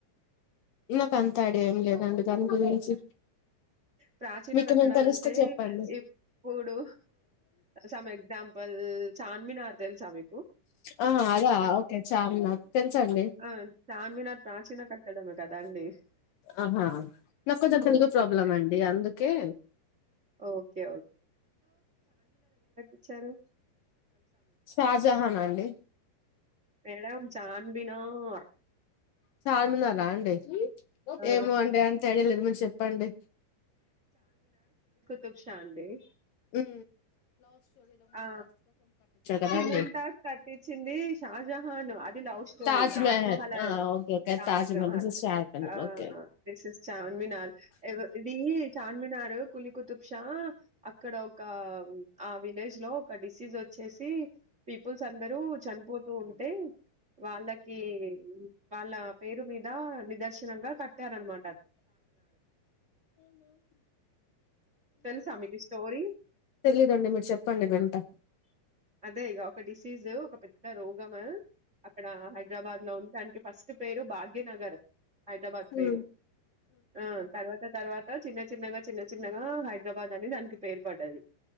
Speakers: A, on the left; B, on the right.
A: నాకు అంత ఐడా ఏం లేదండి దాని గురించి
B: ప్రాచీన
A: మీకేమైనా
B: కట్టడాాలంటే
A: తెలుస్తే చెప్పండి
B: ఇప్పుడు సమ్ ఎగ్జాంపుల్స్ చార్మినార్ దెల్సా మీ
A: ఆ అదా ఓకే చాల నాకు తెలుసండి
B: ఆ! చార్మినార్ ప్రాచీన కట్టడమే కదండీ!
A: ఆహా నాకు కొంచెం తెలుగు ప్రాబ్లం
B: అట్
A: అండి అందుకే
B: ఓకే. చ్చారు
A: షాజహానా అండి
B: మేడం చాన్బినార్
A: చార్మినారా అండి
B: ఆ!
A: ఏమో అండే అంతి మీరు చెప్పండి.
B: తబ్ శ్యాందేవ్
A: హ్
B: ఆ అది
A: కదా అండి
B: ముంటాస్ కట్టిచ్చింది. షాజహాన్ అది లవ్ స్టోరీ
A: తాజ్
B: తాజ్మహల్
A: మహల్
B: అది
A: ఆ okay okay
B: Taj Mahal
A: Taj Mahal this is Shahrukh Khan
B: ఆ
A: ఓకే
B: దిస్ ఇస్ చార్మినాల్ ఎవరు ఇది చార్మినార్ కులి కుతుబ్షా అక్కడ ఒక ఆ విలేజ్ లో ఒక డిసీజ్ వోచ్చేసి పీపుల్స్ అందరూ చనిపో తుంటే వాళ్ళకి వాళ్ళ పేరు మీద నిదర్శనంగా కట్టారన్నమాట. తెలుసా మీకు ఈ స్టోరీ?
A: తెలిదండి మీరు చెప్ పండుగ అంట
B: అదే ఇక ఒక డిసీజు ఒక పెద్ద రోగము అక్కడ హైదరాబాద్ లో ఉంది. దానికి ఫస్ట్ పేరు భాగ్యనగర్ హైదరాబాద్ పేరు
A: ఉమ్
B: ఆ తర్వాత తర్వాత చిన్న చిన్నగా చిన్న చిన్నగా హైదరాబాద్ అని దానికి పేరు పడ్డది.